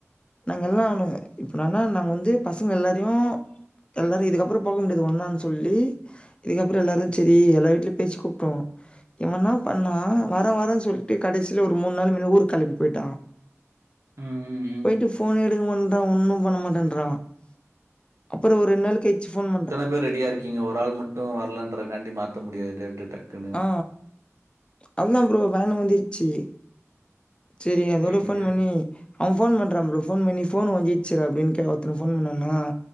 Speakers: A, on the left; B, on the right.
A: நாங்கல்லா அவன இப்ப நானா நாங்க வந்து பசங்க எல்லாரையு எல்லாரு இதுக்கப்றோ போக முடியாது ஒன்னான்னு சொல்லி இதுக்கப்றோ எல்லாரு செரி எல்லா வீட்லயு பேச்சி கூப்டோ இவன்னா பண்ணா வர வரன்னு சொல்லிட்டு கடைசில ஒரு மூணு நாள் முன்ன ஊருக் கெளம்பி போயிட்டா
B: ம் ம் ம்
A: போயிட்டு ஃபோனு எடுக்க மாட்றா ஒன்னு பண்ண மாட்டன்றா அப்றோ ஒரு ரெண்டு நாள் கழிச்சு ஃபோன் பண்றா
B: பே ரெடியா இருக்கீங்க ஒரு ஆள் மட்டு வர்லன்ற‌க்காண்டி மாத்த முடியாது டக்குனு
A: ஆ அதா ப்ரோ வேனு வந்துட்சி செரி அதோட
B: ஐயய்ய!
A: ஃபோன் பண்ணி அவ ஃபோன் பண்றா ப்ரோ ஃபோன் பண்ணி ஃபோன் ஒன்ஞ்சிடா அப்டின்னு கே ஒருத்தனு ஃபோன் பண்ணானா